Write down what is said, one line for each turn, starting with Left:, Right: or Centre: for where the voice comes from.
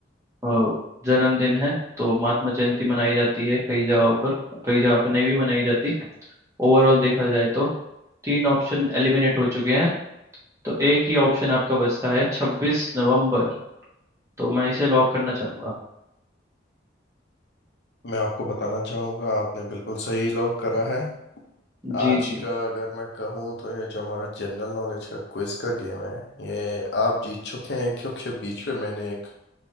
Right: अ, जन्मदिन है तो महात्मा जयंती मनाई जाती है कई जगहों पर कई जगह पर नहीं भी मनाई जाती ओवरऑल देखा जाए तो तीन ऑप्शन एलिमिनेट हो चुके हैं तो एक ही ऑप्शन आपका बचता है छब्बीस नवंबर तो मैं इसे लॉक करना चाहूंगा
Left: मैं आपको बताना चाहूँगा आपने बिल्कुल सही लॉक करा है
Right: जी
Left: आज
Right: जी
Left: का अगर मैं कहूँ तो ये जो हमारा जनरल नॉलेज का क्विज का गेम है ये आप जीत चुके हैं क्योंकि बीच में मैंने एक